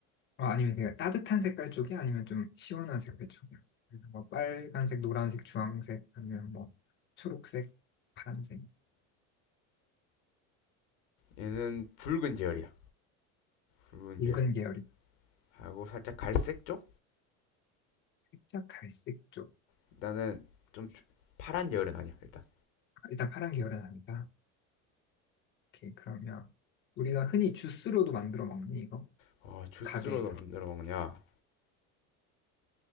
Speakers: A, on the left (about 30°); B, on the left (about 80°).
A: 어, 아니면 그냥 따뜻한 색깔 쪽이 아니면 좀 시원한 색깔 쪽이요. 그래서 뭐 빨간색, 노란색, 주황색 아니면 뭐 초록색, 파란색,
B: 얘는 붉은 계열이야 붉은
A: 붉은
B: 계열
A: 계열이
B: 하고 살짝 갈색 쪽?
A: 살짝 갈색 쪽.
B: 나는 좀 주- 파란 계열은 아니야 일단
A: 아, 일단 파란 계열은 아니다. 오케이 그러면 우리가 흔히 주스로도 만들어 먹니 이거?
B: 어, 주스로도
A: 가게에서.
B: 만들어 먹냐